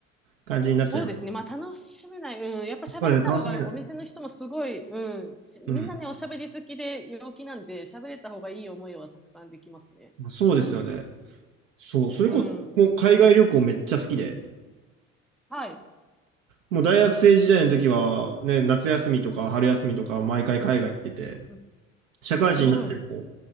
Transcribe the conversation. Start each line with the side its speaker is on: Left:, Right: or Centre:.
Right: 感じになっちゃいます。
Centre: そうですね。まあ楽しめない。うん。やっぱ喋れた方がお店の人もすごい、
Right: そうですね、楽しめない。
Centre: うん。しみんなね、
Right: うん。
Centre: おしゃべり好きで陽気なんで、喋れた方がいい思いはたくさんできますね。
Right: まあそうですよね。そう、それこそもう海外旅行めっちゃ好きで、
Centre: うん。はい。
Right: もう大学生時代の時はね、夏休みとか春休みとか毎回海外行ってて、
Centre: うん。うん
Right: 社会人になっても
Centre: すごい。え